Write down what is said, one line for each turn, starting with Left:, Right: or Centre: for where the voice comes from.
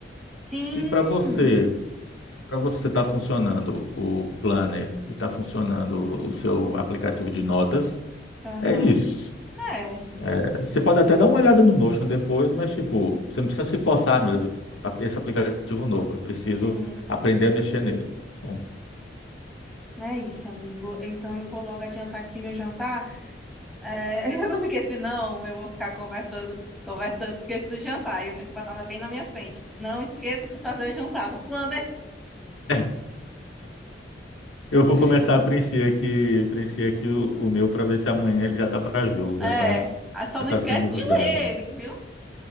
Centre: Sim.
Left: Se para você, se para você está funcionando o planner e está funcionando o seu aplicativo de notas,
Centre: Aham.
Left: é isso.
Centre: É.
Left: É, você pode até dar uma olhada no Notion depois, mas tipo, você não precisa se forçar, "Ah, meu Deus, a- esse aplicativo novo, eu preciso
Centre: Sim.
Left: aprender a mexer nele. Bom,
Centre: É isso, amigo. Então eu vou logo adiantar aqui meu jantar, é, <laughs> porque senão eu vou ficar conversando, conversando, esqueço do jantar e eu tenho que botar na- bem na minha frente. Não esqueça de fazer o jantar no planner.
Left: <laughs> eu vou
Centre: Eita.
Left: começar a preencher aqui, preencher aqui o, o meu para ver se amanhã ele já está para jogo, já
Centre: É,
Left: está
Centre: ah, só
Left: já
Centre: não
Left: tá
Centre: esquece
Left: sendo
Centre: de
Left: usado.
Centre: ler ele, viu? <laughs>